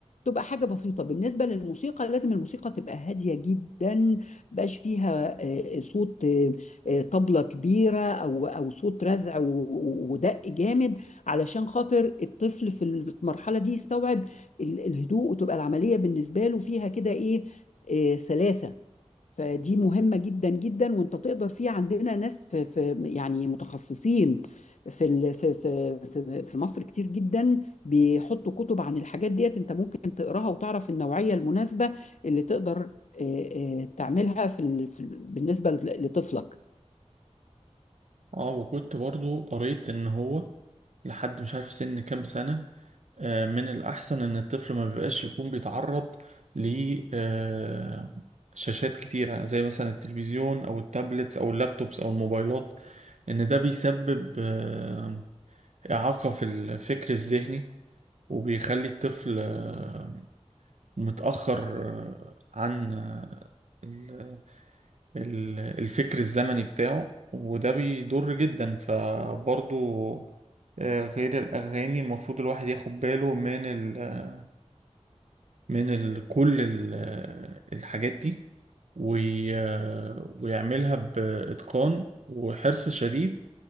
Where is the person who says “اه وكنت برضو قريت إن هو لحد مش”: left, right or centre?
Right